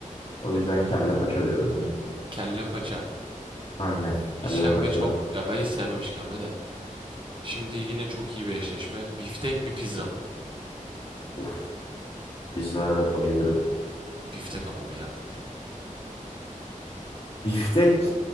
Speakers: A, on the left; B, on the right.
A: O yüzden kelle paça diyorum ben.
B: Kelle paça.
A: Aynen. Kelle
B: İşkembe
A: paça.
B: çok ya ben hiç sevmem işkembe de. Şimdi yine çok iyi bir eşleşme. Biftek mi pizza mı?
A: Of. Pizzada bayılırım.
B: Biftek ama bir yerde de.
A: Biftek